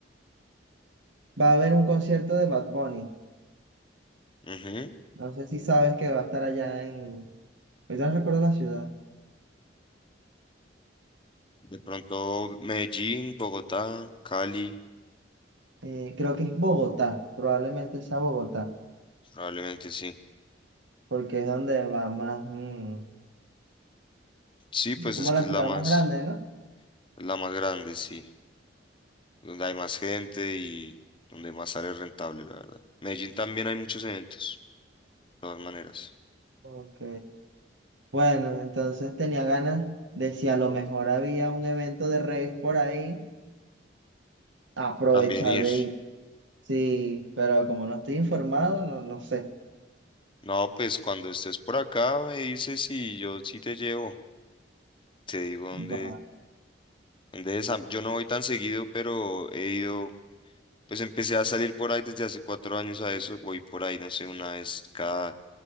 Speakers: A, on the right; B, on the left.
A: va a haber un concierto de Bad Bunny.
B: Ujú.
A: No sé si sabes que va a estar allá en... Ahorita no recuerdo la ciudad.
B: De pronto Medellín, Bogotá, Cali,
A: Eh, creo que es Bogotá, probablemente sea Bogotá,
B: probablemente sí.
A: porque es donde va más, mm,
B: Sí, pues
A: es como
B: es que
A: la
B: es
A: ciudad
B: la más,
A: más grande, ¿no?
B: la más grande, sí. Donde hay más gente y donde más sale rentable, la verdad. Medellín también hay muchos eventos, de todas maneras.
A: Ok. Bueno, entonces tenía ganas de si a lo mejor había un evento de rave por ahí, aprovechar
B: También ir.
A: de ir. Sí, pero como no estoy informado, no, no sé.
B: No, pues cuando estés por acá me dices y yo sí te llevo. Te digo dónde.
A: Va.
B: De esa, yo no voy tan seguido, pero he ido, pues empecé a salir por ahí desde hace cuatro años a eso. Voy por ahí, no sé, una vez cada